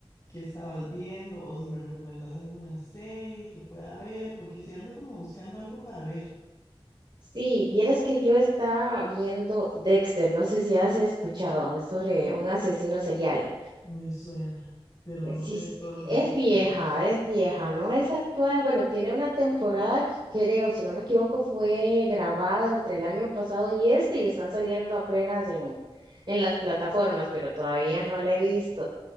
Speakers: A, on the left; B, on the right.
A: qué estabas viendo o si me recomendás alguna serie que pueda ver, porque si ando como buscando algo para ver,
B: Sí, vieras que yo estaba viendo Dexter, no sé si has escuchado, es sobre un asesino serial.
A: me suena, pero
B: eh,
A: no
B: Sí,
A: sé
B: s-
A: todo
B: e,
A: el contexto,
B: es vieja,
A: digamos.
B: es vieja, no es actual. Bueno, tiene una temporada que creo, si no me equivoco, fue grabada entre el año pasado y este y están saliendo apenas en, en las plataformas, pero todavía
A: Ah,
B: no la he visto.